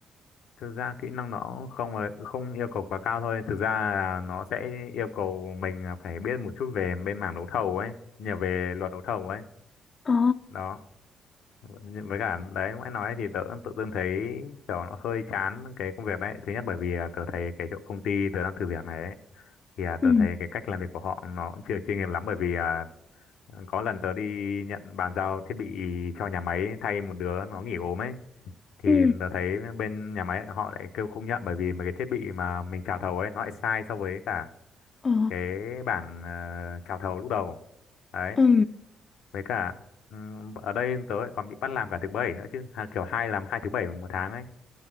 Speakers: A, on the left (about 80°); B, on the left (about 35°).
A: thực ra kỹ năng nó không ấy- không yêu cầu quá cao thôi. Thực ra là nó sẽ yêu cầu mình là phải biết một chút về bên mảng đấu thầu ấy, nhiều về luật đấu thầu ấy.
B: Ồ,
A: Đó. Nhưng Với cả đấy ngoại nói thì tớ tự dưng thấy kiểu nó hơi chán cái công việc đấy. Thứ nhất bởi vì à, tớ thấy cái chỗ công ty tớ đang thử việc này ấy thì à, tớ
B: ừ,
A: thấy cái cách làm việc của họ nó cũng chưa chuyên nghiệp lắm bởi vì à, có lần tớ đi nhận bàn giao thiết bị cho nhà máy thay một đứa nó nghỉ ốm ấy thì
B: ừ,
A: tớ thấy bên nhà máy họ lại kêu không nhận bởi vì mà cái thiết bị mà mình chào thầu ấy nó lại sai so với cả
B: ồ,
A: cái bảng ờ, chào thầu lúc đầu đấy
B: ừ,
A: với cả ừm, ở đây tớ lại còn bị bắt làm cả thứ bảy nữa chứ Hà- kiểu hai làm hai thứ bảy một tháng ấy